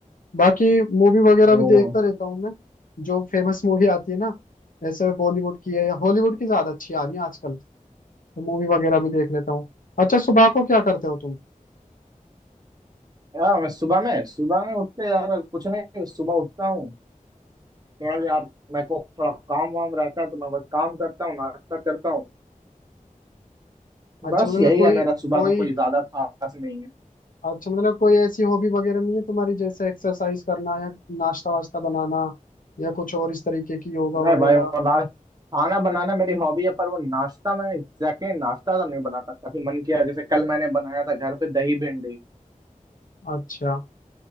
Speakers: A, on the left (about 75°); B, on the right (about 30°).
A: बाकी मूवी वगैरह
B: ओ
A: भी देखता रहता हूँ मैं जो फेमस मूवी आती है ना जैसे बॉलीवुड की है या हॉलीवुड की ज्यादा अच्छी आ रही है आजकल तो मूवी वगैरह भी देख लेता हूँ अच्छा सुबह को क्या करते हो तुम
B: यार मैं सुबह में सुबह में उठते यार कुछ नहीं सुबह उठता हूँ थोड़ा यार मेरे को थोड़ा काम वाम रहता है तो मैं बस काम करता हूँ नाश्ता करता हूँ
A: अच्छा
B: बस
A: मतलब
B: यही
A: कोई
B: है मेरा
A: कोई
B: सुबह का कोई ज्यादा खास नहीं है
A: अच्छा मतलब कोई ऐसी हॉबी वगैरह नहीं है तुम्हारी जैसे एक्सरसाइज करना या नाश्ता वास्ता बनाना या कुछ और इस तरीके की योगा
B: नहीं
A: वगैरह
B: भाई वो ना खाना बनाना मेरी हॉबी है पर वो नाश्ता मैं एग्जैक्टली exactly नाश्ता तो नहीं बना सकता फिर मन किया जैसे कल मैंने बनाया था घर पे दही भिंडी
A: अच्छा